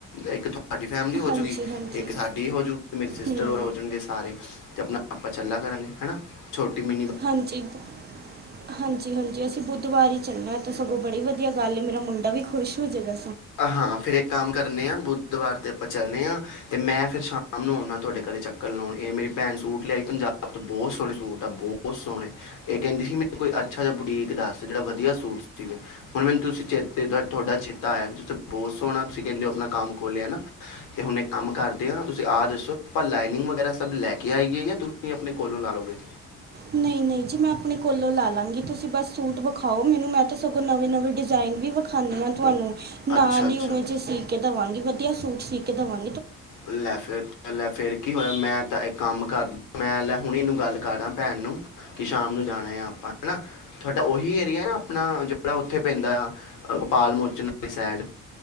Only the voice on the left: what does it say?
ਇੱਕ ਸਾਡੀ ਫੈਮਿਲੀ ਹੋਜੂਗੀ
ਇੱਕ ਸਾਡੀ ਹੋਜੂਗੀ ਮੇਰੇ ਸਿਸਟਰ
ਹੋ ਹੋ ਜਾਣਗੇ ਸਾਰੇ ਤੇ ਆਪਣਾ ਆਪਾਂ ਚੱਲਾ ਕਰਾਂਗੇ ਹਨਾ ਛੋਟੀ ਮ
ਹਾਂ ਫਿਰ ਇੱਕ ਕੰਮ ਕਰਨੇ ਆ ਬੁ ਦੁਵਾਰ ਤੇ ਆਪਾਂ ਚੱਲਦੇ ਹਾਂ ਤੇ ਮੈਂ ਫੇਰ ਸ਼ਾਮ ਨੂੰ ਆਣ ਤੁਹਾਡੇ ਘਰੇ ਚੱਕਰ ਲਾਣ ਇਹ ਮੇਰੀ ਭੈਣ ਸੂਟ ਲਿਆਈ ਪੰਜਾਬ ਤੋਂ ਬਹੁਤ ਸੋਹਣੇ ਸੂਟ ਆ ਬਹੁਤ ਸੋਹਣੇ ਇਹ ਕਹਿੰਦੀ ਸੀ ਮੈਨੂੰ ਕੋਈ ਅੱਛਾ ਜਾ ਬੁਟੀਕ ਦੱਸ ਜਿਹੜਾ ਵਧੀਆ ਸੂਟ ਸੀਗਾ ਹੁਣ ਮੈਨੂੰ ਤੁਸੀਂ ਚੇਤੇ ਤੁਹਾਡਾ ਚੇਤਾ ਆਇਆ। ਬਹੁਤ ਸੋਹਣਾ ਤੁਸੀਂ ਕਹਿੰਦੇ ਹੋ ਆਪਣਾ ਕੰਮ ਖੋਲ੍ਹਿਆ ਹੈ ਨਾ ਤੇ ਹੁਣ ਇੱਕ ਕੰਮ ਕਰਦੇ ਆ ਤੁਸੀਂ ਆਹ ਦੱਸੋ ਆਪਾਂ ਲਾਈਨਿੰਗ ਵਗੈਰਾ ਸਭ ਲੈ ਕੇ ਆਈਏ ਜਾਂ ਤੁਸੀਂ ਆਪਣੇ ਕੋਲੋਂ ਲਾ ਲਓਗੇ।
ਅੱਛਾ ਅੱਛਾ
ਲੈ ਫਿਰ ਲੈ ਫੇਰ ਕੀ ਹੋਇਆ ਮੈਂ ਤਾਂ ਇਹ ਕੰਮ ਕਰਦਾ ਮੈਂ ਲੈ ਹੁਣੇ ਇਹਨੂੰ ਗੱਲ ਕਰਦਾ। ਭੈਣ ਨੂੰ ਕਿ ਸ਼ਾਮ ਨੂੰ ਜਾਣਾ ਆ ਆਪਾਂ ਹੈ। ਤੁਹਾਡਾ ਉਹੀ ਏਰੀਆ ਨਾ ਆਪਣਾ ਜਿਹੜਾ ਉੱਥੇ ਪੈਂਦਾ ਆ ਗੋਪਾਲ ਮੋਚਨ ਵਾਲੀ ਸਾਈਡ